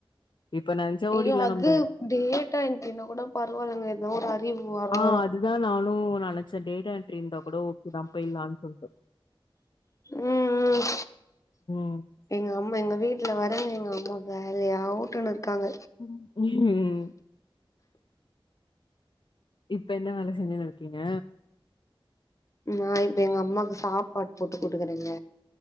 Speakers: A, on the left; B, on the left.
A: இப்ப நெனைச்சா
B: ஐயோ
A: ஓடிர்லா
B: அது
A: நம்ப
B: டேட்டா என்ட்ரீனா கூட பரவாலங்க எதோ ஒரு அறிவு வர
A: ஆ
B: வரோ
A: அதுதா நானோ நெனச்சே டேட்டா என்ட்ரி இருந்தா கூட ஓகே தா போயிடலான்னு சொல்ட்டு
B: ம் ம்
A: ம்
B: எங்க அம்மா எங்க வீட்ல வ எங்க அம்மா வேலையாவூட்டுனு இருக்காங்க
A: ம் இப்ப என்ன வேல செஞ்சுனு இருக்கீங்க
B: நா இப்ப எங்க அம்மாக்கு சாப்பாடு போட்டு குடுக்குறேங்க